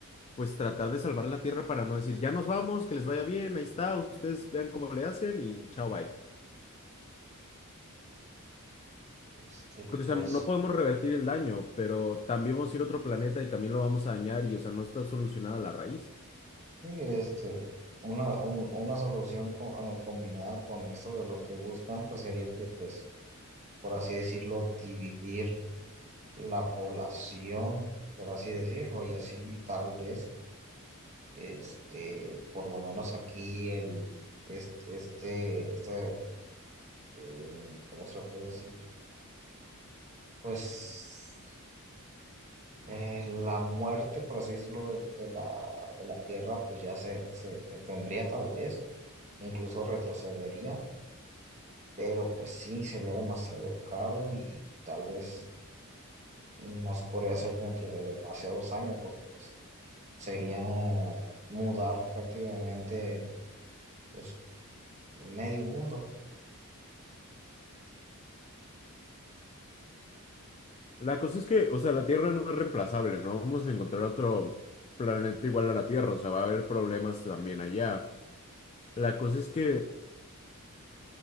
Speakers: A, on the left (about 30°); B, on the right (about 30°).
A: pues, tratar de salvar la Tierra para no decir, ya nos vamos, que les vaya bien, ahí está, ustedes vean cómo le hacen y chao, bye.
B: Este,
A: Porque,
B: pues
A: o sea, no podemos revertir el daño, pero también vamos a ir a otro planeta y también lo vamos a dañar y, o sea, no está solucionada la raíz.
B: sí, este, una, un- una solución co- eh, combinada con esto de lo que buscan, pues sería que pues, por así decirlo, dividir la población, por así decirlo, y así tal vez, este, por lo menos aquí el, este, este, este, eh, ¿cómo se puede decir? Pues eh, la muerte, por así decirlo, de, de la, de la Tierra, pues ya se, se detendría tal vez, incluso retrocedería, pero pues sí, sería demasiado caro y tal vez no se podría hacer dentro de demasiados años, porque pues sería mudar prácticamente pues medio mundo.
A: La cosa es que, o sea, la Tierra no es reemplazable, ¿no? Vamos a encontrar otro planeta igual a la Tierra, o sea, va a haber problemas también allá. La cosa es que...